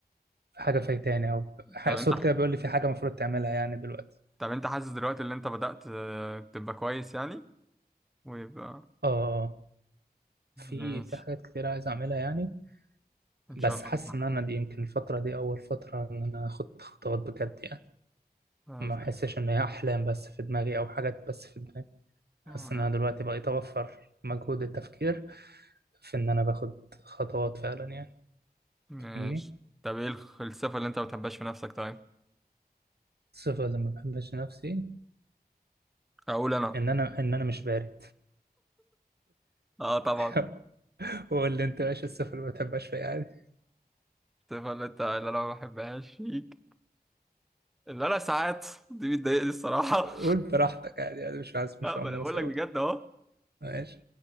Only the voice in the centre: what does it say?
طب
انت
طب انت حاسس دلوقتي ان انت بدأت آه، تبقى كويس يعني ويبقى
ماشي
ان
شاء الله
تتحقق
آه،
آه،
ماشي
طب ايه الخ- الصفة اللي انت ما بتحبهاش في نفسك طيب
اقول انا
اه طبعا
الصفة اللي انت اللي انا ما بحبهاش فيك اللي انا ساعات <laughs> دي بتضايقني الصراحه
<laughs>
لا
ما انا بقول لك
بجد اهو